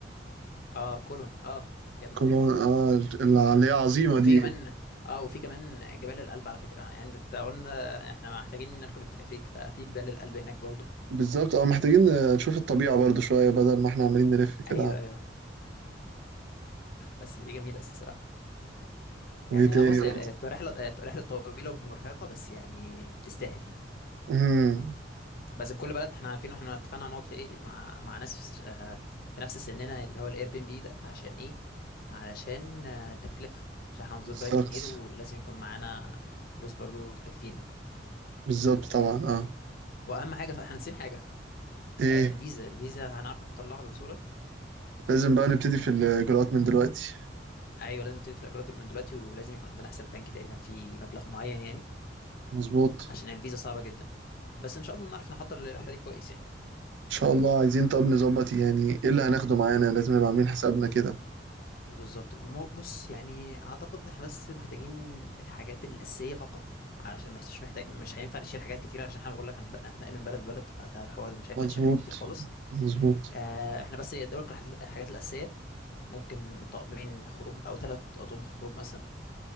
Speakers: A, on the left; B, on the right.
A: اه كولون اه جامده
B: كولون
A: دي
B: اه اللي هي عظيمه
A: وفي
B: دي
A: كمان اه وفي كمان جبال الألب على فكرة يعني انت أنت قلنا احنا محتاجين نركب التلفريك ففي جبال الألب هناك برضو
B: بالظبط اه محتاجين نشوف الطبيعه برضو شويه بدل ما احنا عمالين نلف كده
A: ايوه ايوه بس دي جميلة الصراحة
B: وايه
A: يعني
B: تاني
A: بص
B: برضو
A: هي هتبقى رحلة هتبقى رحلة طويلة ومرهقة بس يعني تستاهل
B: امم
A: بس في كل بلد احنا عارفين واحنا اتفقنا هنقعد في ايه مع مع ناس آه، في نفس سننا اللي هو الاير بي ام بي ده عشان ايه علشان آه، التكلفة عشان هنزور
B: بالظبط
A: بلد كتير ولازم يكون معانا فلوس برضو تكفينا
B: بالظبط طبعا اه
A: واهم حاجة صح احنا ناسيين حاجة
B: ايه
A: آه، الفيزا الفيزا هنعرف نطلعها بسهولة
B: لازم بقى نبتدي في الاجراءات من دلوقتي
A: ايوه لازم تدفع الاجرات دول من دلوقتي ولازم يكون عندنا حساب بنكي تقريبا فيه مبلغ معين يعني
B: مظبوط
A: عشان الفيزا صعبه جدا بس ان شاء الله نعرف نحضر للرحله دي كويس يعني
B: ان شاء الله عايزين طب نظبط يعني ايه اللي هناخده معانا لازم نبقى عاملين حسابنا كده
A: بالظبط مو- بص يعني اعتقد احنا بس محتاجين الحاجات الاساسيه فقط عشان مش مش محتاج مش هينفع نشيل حاجات كتير عشان احنا بقول لك هنتبقى- هنتنقل من بلد لبلد فده الحوار ده مش هينفع
B: مظبوط
A: نشيل حاجات كتير خالص
B: مظبوط
A: آه احنا بس يدوك الحاجات الحاجات الاساسيه ممكن طقمين خروج او ثلاث اطقم خروج مثلا